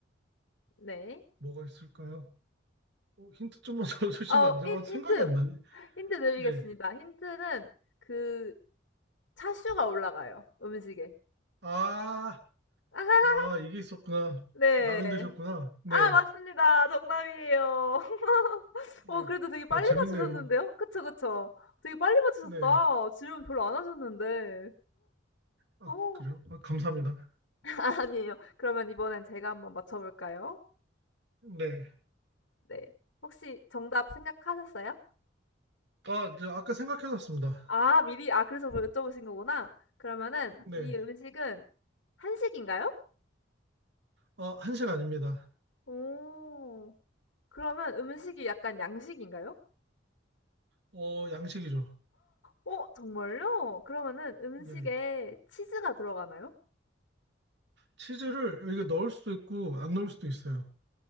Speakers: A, on the left; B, on the right.
A: 네.
B: 뭐가 있을까요? 어, 힌트 좀만 <laughs> 더 주시면
A: 어
B: 안 돼요?
A: 힌
B: 아, 생각이
A: 힌트.
B: 안 나네.
A: 힌트 드리겠습니다.
B: 네.
A: 힌트는 그 차슈가 올라가요, 음식에.
B: 아,
A: <laughs>
B: 나 이게 있었구나.
A: 네.
B: 라면 드셨구나. 네,
A: 아 맞습니다. 정답이에요. <laughs>
B: 네.
A: 어 그래도 되게 빨리
B: 아, 재밌네요.
A: 맞추셨는데요? 그쵸, 그쵸. 되게 빨리 맞추셨다.
B: 네.
A: 질문 별로 안 하셨는데.
B: 아,
A: 어.
B: 그래요? 아, 감사합니다.
A: <laughs> 아니에요. 그러면 이번엔 제가 한번 맞춰볼까요?
B: 네.
A: 네. 혹시 정답 생각하셨어요?
B: 아, 저 아까 생각해놨습니다.
A: 아 미리 아 그래서 뭐 여쭤보신 거구나. 그러면은
B: 네.
A: 이 음식은 한식인가요?
B: 아, 한식 아닙니다.
A: 오... 그러면 음식이 약간 양식인가요?
B: 어, 양식이죠.
A: 어 정말요? 그러면은 음식에
B: 네.
A: 치즈가 들어가나요?
B: 치즈를 여기 넣을 수도 있고, 안 넣을 수도 있어요.